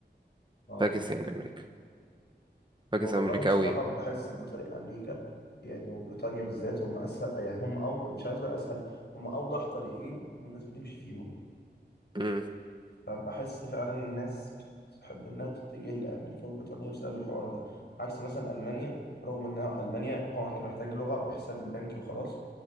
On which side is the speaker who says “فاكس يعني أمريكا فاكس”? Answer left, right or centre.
Right